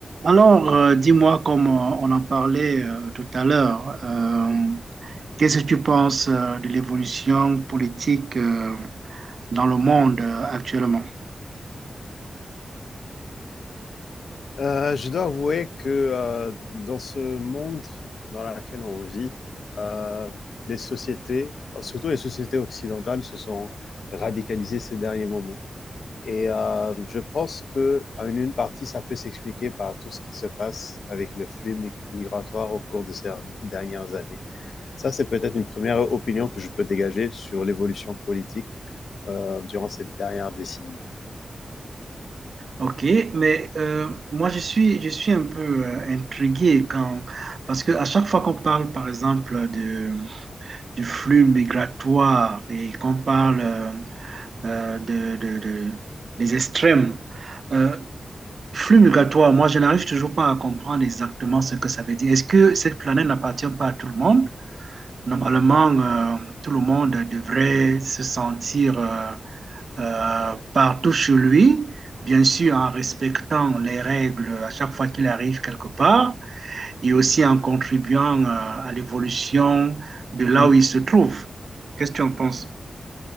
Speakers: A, on the right; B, on the left.
A: Alors, euh, dis-moi, comme euh, on en parlait euh, tout à l'heure, euh, qu'est-ce que tu penses euh, de l'évolution politique euh, dans le monde euh, actuellement?
B: Euh, je dois avouer que euh, dans ce monde dans lequel on vit, euh, les sociétés, surtout les sociétés occidentales, se sont radicalisées ces derniers moments. Et euh, je pense que en une partie, ça peut s'expliquer par tout ce qui se passe avec le flux mig- migratoire au cours de ces dernières années. Ça, c'est peut-être une première opinion que je peux dégager sur l'évolution politique euh, durant ces dernières décennies.
A: Ok, mais euh, moi je suis je suis un peu euh, intrigué quand parce que à chaque fois qu'on parle par exemple de du flux migratoire et qu'on parle euh, euh, de, de- de- des extrêmes, euh, Flux migratoire, moi, je n'arrive toujours pas à comprendre exactement ce que ça veut dire. Est-ce que cette planète n'appartient pas à tout le monde? Normalement, euh, tout le monde devrait se sentir euh, euh, partout chez lui, bien sûr en respectant les règles à chaque fois qu'il arrive quelque part et aussi en contribuant euh, à l'évolution de là
B: Mhm.
A: où il se trouve. Qu'est-ce que tu en penses?